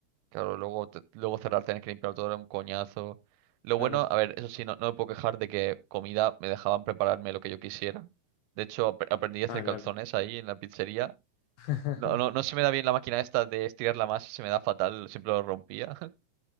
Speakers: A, on the right; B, on the left.
A: Claro, luego, te- luego cerrar, tener que limpiar todo era un coñazo. Lo
B: Claro.
A: bueno, a ver, eso sí, no, no me puedo quejar de que comida me dejaban prepararme lo que yo quisiera. De hecho, ap- aprendí a hacer
B: Ah,
A: calzones
B: claro.
A: ahí en la pizzería.
B: <laughs>
A: No, no, no se me da bien la máquina esta de estirar la masa, se me da fatal, siempre lo rompía. <laughs>